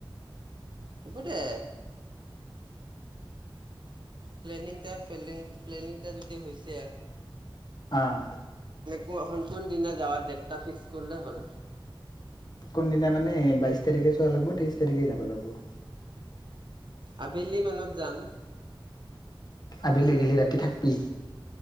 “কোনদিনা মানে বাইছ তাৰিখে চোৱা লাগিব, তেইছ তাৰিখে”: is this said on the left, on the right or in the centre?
Left